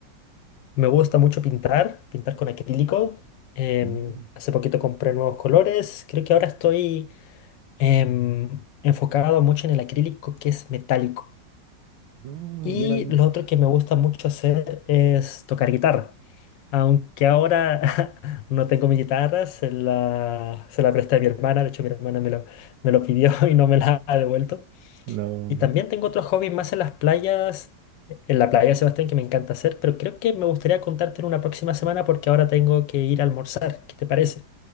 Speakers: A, on the left (about 80°); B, on the right (about 80°).
A: Me gusta mucho pintar, pintar con acrílico. Em,
B: Mm.
A: hace poquito compré nuevos colores. Creo que ahora estoy em, enfocado mucho en el acrílico que es metálico.
B: Ah,
A: Y
B: mira tú.
A: lo otro que me gusta mucho hacer es tocar guitarra. Aunque ahora <laughs> no tengo mi guitarra, se la, se la presté a mi hermana. De hecho, mi hermana me lo, me lo pidió <laughs> y no me la ha devuelto.
B: No.
A: Y también tengo otros hobbies más en las playas, en la playa, Sebastián, que me encanta hacer, pero creo que me gustaría contarte en una próxima semana porque ahora tengo que ir a almorzar. ¿Qué te parece?